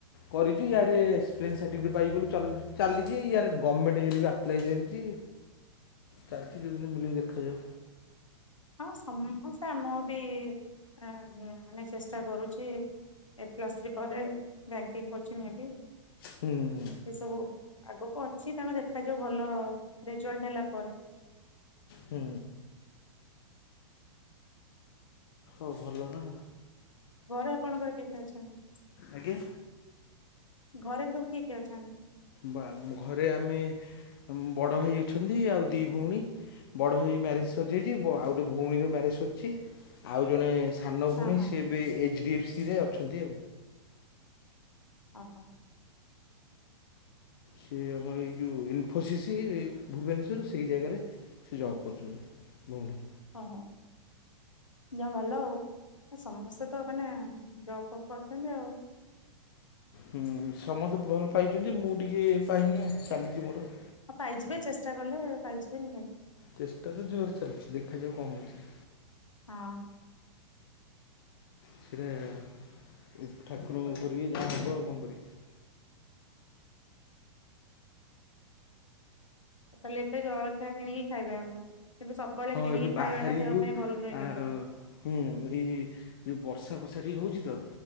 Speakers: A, on the left; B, on the left.
A: କରିଚି ଇଆଡ଼େ ଏକ୍ସପିରିଏନ୍ସ ସାର୍ଟିଫିକେଟ୍ ପାଇ ବୋଲି ଚଲ୍ ଚାଲିଚି ୟାଡେ ଗମେଣ୍ଟ୍ ଇଏରେ ବି ଆପ୍ଲାଏ ଚାଲିଚି। ଚାଲିଚି ଯୋଉଦିନ ମିିଲେ ଦେଖାଯାଉ।
B: ହଁ ସମସ୍ତେ ଆମ -ମୁଁ ବି- ଆ- ମାନେ ଚେଷ୍ଟା କରୁଚି। ଏ ପ୍ଲସ୍ ଥ୍ରୀ ପରେ ବ୍ୟାଙ୍କିଙ୍ଗ୍ କୋଚିଂ ନେବି।
A: ହୁଁ।
B: ଏ ସବୁ ଆଗକୁ ଅଛି ତେଣୁ ଦେଖାଯାଉ ଭଲ ରେଜଲ୍ଟ୍ ହେଲା ପରେ।
A: ହୁଁ। ଆଉ ଭଲ ନା ଆଉ।
B: ଘରେ ଆପଣଙ୍କର କିଏ କିଏ ଅଛନ୍ତି?
A: ଆଜ୍ଞା।
B: ଘରେ ସବୁ କିଏ କିଏ ଅଛନ୍?
A: ବା-ଘରେ ଆମେ ବଡ଼ ଭାଇ ଅଛନ୍ତି ଆଉ ଦି ଭଉଣୀ। ବଡ଼ ଭାଇ ମ୍ୟାରେଜ୍ ସରିଯାଇଚି ବ-ଆଉ ଗୋଟେ ଭଉଣୀର ମ୍ୟାରେଜ୍ ସରିଚି ଆଉ ଜଣେ ସାନ ଭଉଣୀ
B: ହଁ ହଁ
A: ସିଏ ବି ଏଚ୍ -ଡି- ଏଫ୍ -ସି ରେ ଅଛନ୍ତି ଆଉ।
B: ଅହ।
A: ସେ ଆମର ଏଇ ଯୋଉ ଇନ୍‌ଫୋର୍‌ସିସି ଭୁବନେଶ୍ୱର ସେଇ ଜାଗାରେ। ସେ ଜବ୍ କରୁଚନ୍ତି ଭଉଣୀ।
B: ଅହ। ଯା ଭଲ ଆଉ ସମସ୍ତେ ତ ମାନେ ଜବ୍ ଫବ୍ କରିଚନ୍ତି ଆଉ।
A: ହୁଁ ସମସ୍ତେ ଭଲ୍ ପାଇଚନ୍ତି ମୁଁ ଟିକେ ପାଇନି ଆ- ଚାଲିଚି ମୋର ଆଉ।
B: ହ ପାଇଯିବେ ଚେଷ୍ଟା କଲେ ପାଇଯିବେନି କାହିଁକି।
A: ଚେଷ୍ଟା ତ ଜୋରରେ ଚାଲିଚି ଦେଖାଯାଉ କଣ ହୋଉଚି।
B: ହଁ।
A: ସେଇଟା ଠାକୁରଙ୍କ ଉପରେ ବି ଯାହା ହବ କଣ କରିବା।
B: ତାହେଲେ ଏବେ ଜଳଖିଆ କିଣିକି ଖାଇବେ ଆମ କିନ୍ତୁ ସବୁବେଳେ
A: ହଁ
B: କିଣିକି
A: ଏବେ ବାହାରିବୁ
B: ଖାଇବାଟା ଦେହ ପାଇଁ ଭଲ ନୁହେଁ
A: ଆ,
B: କିନ୍ତୁ।
A: ହୁଁ ଏଇ ଯୋଉ ବର୍ଷା ଫର୍ଷା ଟିକେ ହୋଉଚି ତ।